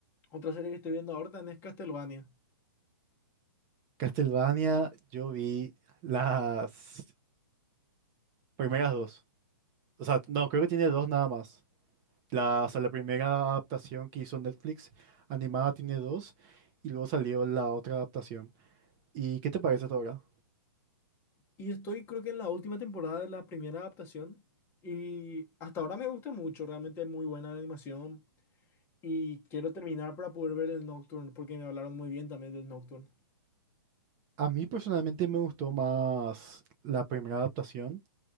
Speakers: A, on the left (about 20°); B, on the right (about 25°).
A: otra serie que estoy viendo ahora también es Castlevania.
B: Castlevania, yo vi las primeras dos. O sea, no, creo que tiene dos nada más. La, o sea, la primera adaptación que hizo Netflix animada tiene dos y luego salió la otra adaptación. ¿Y qué te parece hasta ahora?
A: Y estoy creo que en la última temporada de la primera adaptación. Y hasta ahora me gusta mucho, realmente es muy buena la animación. Y quiero terminar para poder ver el Nocturne, porque me hablaron muy bien también del Nocturne.
B: A mí personalmente me gustó más la primera adaptación